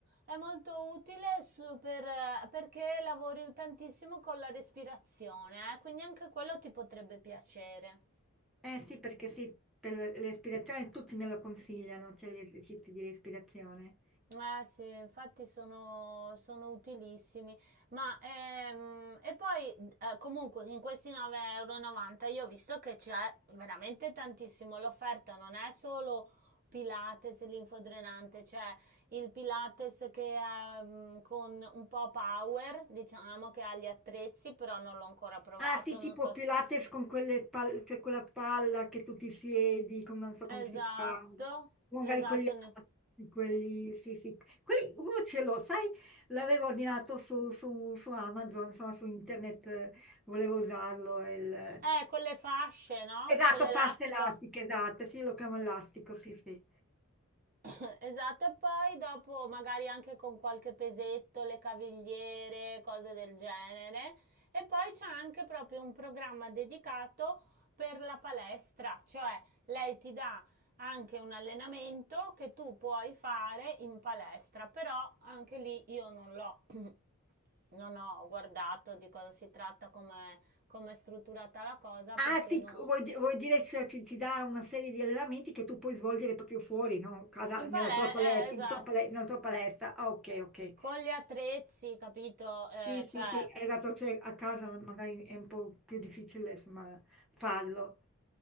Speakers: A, on the right; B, in the centre.
A: è molto utile su- per, eh, perché lavori tantissimo con la respirazione, eh, quindi anche quello ti potrebbe piacere.
B: Eh sì, perché sì, per l'ispirazione tutti me lo consigliano, cioè gli esercizi di respirazione.
A: Eh sì, infatti sono, sono utilissimi, ma ehm, e poi eh, comunque in questi 9,90 euro e novanta io ho visto che c'è veramente tantissimo, l'offerta non è solo Pilates linfodrenante, c'è il Pilates che è ehm, con un po' power, diciamo che ha gli attrezzi, però non l'ho ancora provato,
B: Ah sì, tipo
A: non so
B: Pilates
A: se...
B: con quelle pal- cioè quella palla che tu ti siedi, con- non so come
A: Esatto,
B: si chiama, o magari
A: esatto,
B: con gli
A: ne-
B: altri, quelli, sì sì. Quelli, uno ce l'ho, sai, l'avevo ordinato su, su- su Amazon, insomma su internet, eh, volevo usarlo. il-
A: eh, con le fasce, no?
B: Esatto,
A: Con l'elastico.
B: fasce elastiche, esatto, sì, lo chiamo elastico, sì sì.
A: <coughs> Esatto, e poi dopo magari anche con qualche pesetto, le cavigliere, cose del genere. E poi c'è anche proprio un programma dedicato per la palestra, cioè lei ti dà anche un allenamento che tu puoi fare in palestra, però anche lì io non l'ho, <coughs> non ho guardato di cosa si tratta, come come è strutturata la cosa, perché
B: Ah, sì,
A: non...
B: c- vuoi, di- vuoi dire che ci, ci dà una serie di allenamenti che tu puoi svolgere proprio fuori, no? Casa-
A: In
B: nella
A: palestra,
B: tua palestra,
A: eh, esatto,
B: in tua pale- nella tua palestra. Ah, ok, ok.
A: con gli attrezzi, capito? Eh,
B: Sì, sì,
A: cioè...
B: sì, è dato cioè, a casa magari è un po' più difficile, insomma, farlo.